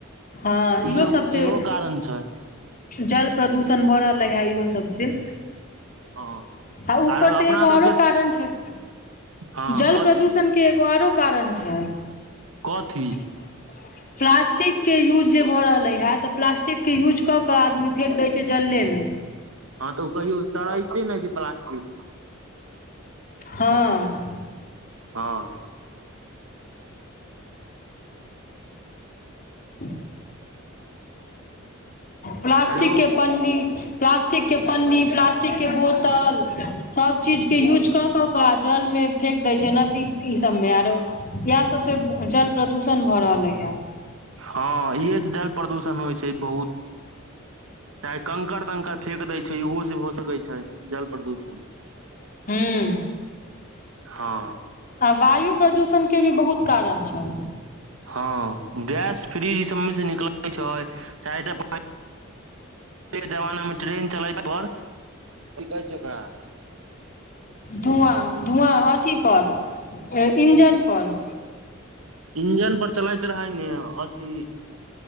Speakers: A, on the left; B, on the right.
A: हँ
B: इहो-
A: सबसँ
B: इहो कारण छै।
A: जल प्रदूषण भऽ रहलै हे इहो सबसँ।
B: हाँ
A: आ ऊपर
B: आरो
A: से
B: अपना
A: एगो आओरो
B: सबके
A: कारण छै,
B: हाँ
A: जल
B: कथी
A: प्रदूषण के एगो आरो कारण छै।
B: कथी?
A: <unintelligible> प्लास्टिक के यूज जे भऽ रहले है, तऽ प्लास्टिक के यूज कऽ के आदमी फेेक दै से जलले मे।
B: हँ तऽ ओ कहियो सड़ैते नहि छै प्लास्टिक
A: हँ।
B: हँ।
A: ह <unintelligible> प्लाास्टिक
B: हेलो
A: के पन्नी प्लास्टिक के पन्नी, प्लास्टिक के बोतल, सब चीज के यूज कऽ कऽ कऽ आ जल मे फेेक दै छै नदी ई सबमे आरो येएह सब से जल प्रदूषण भऽ रहलै हे।
B: हँ इहे स जल प्रदूषण होइ छै बहुत। चाहे कंकड़- तंकड़ फेेक दै छै ओहो से हो सकै छै जल प्रदूषण।
A: हूॅं
B: हँ
A: आ वायु प्रदूषण के भी बहुत कारण छय।
B: हँ गैस फ्रीज ई सबमे से निकलत छइ च <unintelligible> पान के जवाना मे ट्रेन चलै पर कि कहै छै ओकरा
A: धुवां- धुवां अथी पर इंजन पर।
B: इंजन पर चलैत रहय ने अथी